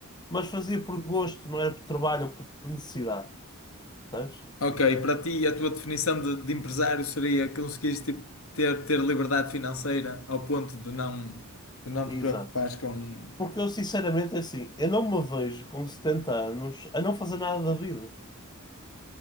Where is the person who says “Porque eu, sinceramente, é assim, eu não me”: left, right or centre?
Left